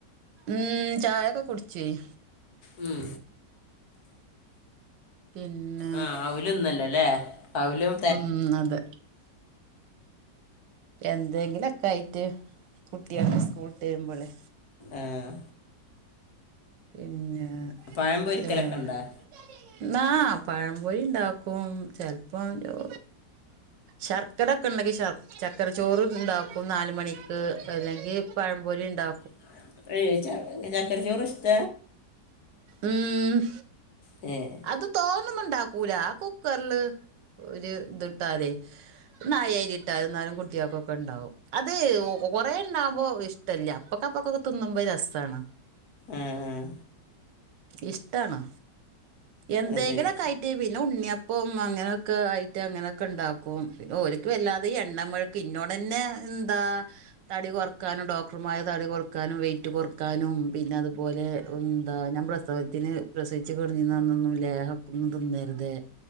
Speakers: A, on the right (about 85°); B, on the left (about 60°).
A: ഉം ചായൊക്കെ കുടിച്ചെയ്
B: ഉം.
A: പിന്നെ.
B: ആ ഔല് ന്നല്ലല്ല ലെ ഔലും
A: ഉം അതെ എന്തെങ്കിലൊക്കായ്റ്റ്. കുട്ട്യക്ക് സ്കൂൾട്ട് വരുമ്പള്.
B: ഏഹ്
A: പിന്നെ
B: പഴം പൊരിക്കലൊക്കെ
A: ഏഹ്
B: ഉണ്ടോ
A: ന്നാ പഴംപൊരിണ്ടാക്കും ചെൽപ്പം എർ ശർക്കരൊക്കെണ്ടെങ്കി ശർ ചക്കര ചോറ് ണ്ടാക്കും നാല് മണിക്ക് അല്ലെങ്കി പഴംപൊരി ണ്ടാ
B: <unintelligible> ചക്കരച്ചോറ് ഷ്ട?
A: ഉം
B: ഏ
A: അത് തോനൊന്നുണ്ടാക്കൂല ആ കുക്കർല് ഒരു ത് ട്ടാലെ ഒര് നായേരി ട്ടാതി ന്നാലും കുട്ട്യേക്കൊക്ക ണ്ടാവും അത് കൊ കൊറെണ്ടാവുമ്പോ ഷ്ടല്ല അപ്പൊക്കപ്പൊക്കൊക്കെ തിന്നുമ്പോ രസാണ്
B: ഏഹ്
A: ഇഷ്ടാണ് എന്തേങ്കിലൊക്കെ
B: അത് ശരി
A: ആയിട്ട് പിന്നെ ഉണ്ണിയപ്പോം അങ്ങനൊക്ക ആയിട്ട് അങ്ങനൊക്ക ണ്ടാക്കും പിന്നെ ഓൽ ക്ക് വല്ലാതെ എണ്ണമെഴ്ക്ക് ഇന്നോടെന്നെ എന്താ തടി കൊർ കാരണം ഡോക്ടർമാര് തടി കൊറക്കാനും വെയ്റ്റ് കൊറക്കാനും പിന്നെ അതുപോലെ ന്താ ഞാൻ പ്രസവത്തിന് പ്രസവിച്ചു കെട്ന്നീന്ന അന്നൊന്നും ലേഹക്കൊന്നു തിന്നരുതെ